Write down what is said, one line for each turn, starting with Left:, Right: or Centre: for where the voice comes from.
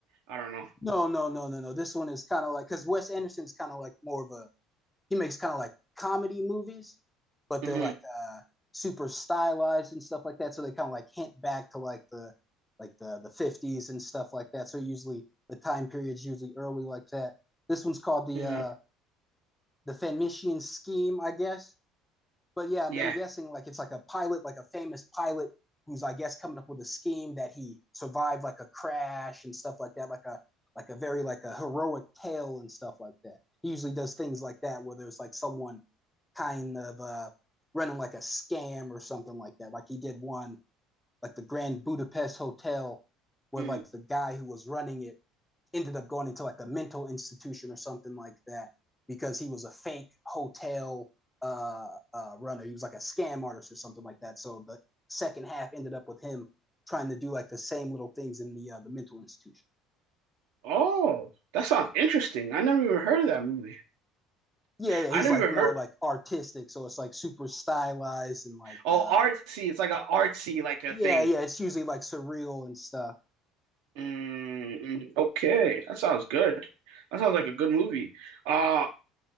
Right: I don't know.
Centre: No, no, no, no, no. This one is kind of like because Wes Anderson's kind of like more of a he makes kind of like comedy movies, but
Right: Mhm.
Centre: they're like uh super stylized and stuff like that. So they kind of like hint back to like the like the the fifties and stuff like that. So usually the time period's usually early like that. This one's called the
Right: Mm,
Centre: uh the Fenician Scheme, I guess. But yeah, I'm,
Right: yeah.
Centre: I'm guessing like it's like a pilot, like a famous pilot who's I guess coming up with a scheme that he survived like a crash and stuff like that, like a like a very like a heroic tale and stuff like that. He usually does things like that where there's like someone kind of uh running like a scam or something like that. Like he did one like the Grand Budapest Hotel where
Right: Mm.
Centre: like the guy who was running it ended up going into like a mental institution or something like that because he was a fake hotel uh, uh, runner. He was like a scam artist or something like that. So the second half ended up with him trying to do like the same little things in the uh, the mental institution.
Right: Oh, that sounds interesting. I never even heard of that movie.
Centre: Yeah, yeah,
Right: I
Centre: he's
Right: never
Centre: like
Right: even
Centre: more
Right: heard.
Centre: like artistic, so it's like super stylized and like
Right: Oh,
Centre: uh,
Right: artsy. It's like an artsy like a
Centre: yeah,
Right: thing.
Centre: yeah, it's usually like surreal and stuff.
Right: Mm, mm, okay, that sounds good. That sounds like a good movie. Uh,